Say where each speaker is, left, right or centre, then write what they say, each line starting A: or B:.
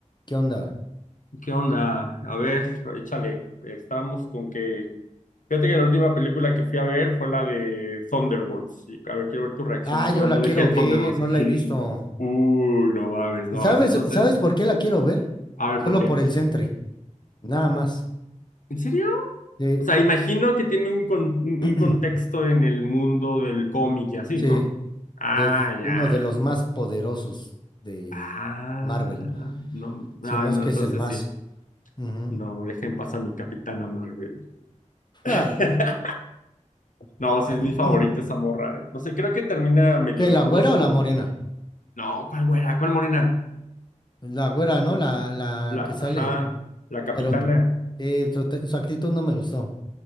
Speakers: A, on the left; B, on the left.
A: ¿Qué onda?
B: ¿Qué onda? A ver, échale. Estamos con que. Fíjate que la última película que fui a ver fue la de Thunderbolts. Y, a ver, quiero ver tu reacción
A: Ah, yo
B: cuando
A: la quiero
B: dije Thunderbolts.
A: ver, no la
B: <laughs>
A: he visto.
B: Uy, no mames, no
A: ¿Sabes,
B: mames. Entonces,
A: sabes por qué la quiero ver?
B: a ver,
A: Solo
B: ¿por qué?
A: por el Sentry, nada más.
B: ¿En serio?
A: Sí,
B: O sea, imagino que tiene un, con- un
A: <clears throat>
B: contexto en el mundo del cómic y así,
A: sí,
B: ¿no? Ah,
A: es
B: ya.
A: uno de los más poderosos de
B: Ah,
A: Marvel,
B: no, ah,
A: si no
B: no,
A: es que
B: entonces
A: es el más.
B: sí.
A: Ujú.
B: No, dejen pasar a mi Capitana Marvel.
A: Ah,
B: <laughs> No,
A: <clears throat>
B: sí es mi favorita esa morra. eh. No sé, creo que termina medio
A: ¿qué,
B: oscuro
A: la güera
B: su.
A: o la morena?
B: No, ¿cuál güera? ¿Cuál morena?
A: La güera, ¿no? La, la
B: La,
A: que sale,
B: ajá,
A: ¿no?
B: la capitana.
A: Pero eh, su, su actitud no me gustó.